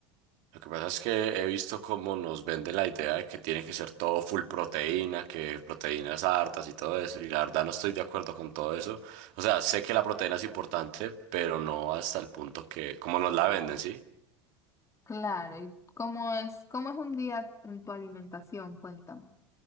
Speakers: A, on the right; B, on the left.
A: Lo que pasa es que he visto cómo nos venden la idea de que tiene que ser todo full proteína, que proteínas hartas y todo eso, y la verdad no estoy de acuerdo con todo eso. O sea, sé que la proteína es importante, pero no hasta el punto que, como nos la venden, ¿sí?
B: Claro, ¿y cómo es, cómo es un día en tu alimentación? Cuéntame.